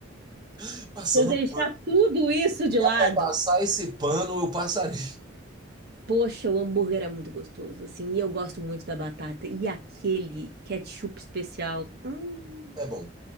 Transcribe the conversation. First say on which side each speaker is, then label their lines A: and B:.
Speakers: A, on the right (about 20°); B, on the right (about 55°).
A: <laughs> passando
B: Se eu deixar
A: pano.
B: tudo isso de
A: Se
B: lado,
A: é pra passar esse pano, eu passarei.
B: poxa, o hambúrguer é muito gostoso, assim, e eu gosto muito da batata. E aquele ketchup especial. Hum,
A: É bom.